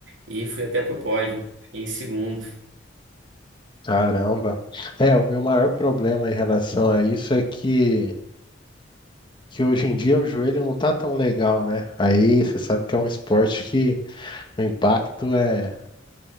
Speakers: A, on the right; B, on the left.
A: e fui até pro pódio. Fiquei em segundo.
B: Caramba. É, o meu maior problema em relação a isso é que, que hoje em dia o joelho não tá tão legal, né? Aí você sabe que é um esporte que o impacto é,